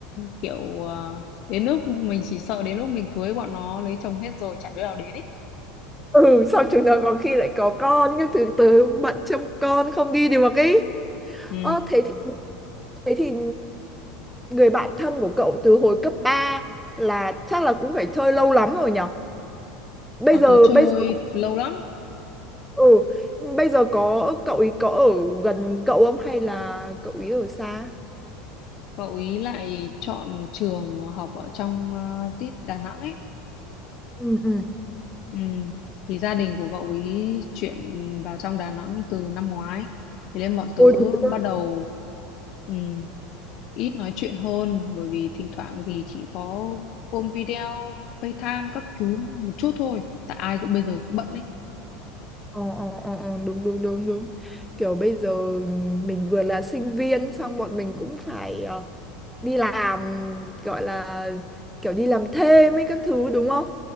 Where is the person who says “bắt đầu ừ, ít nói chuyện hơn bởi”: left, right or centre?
Left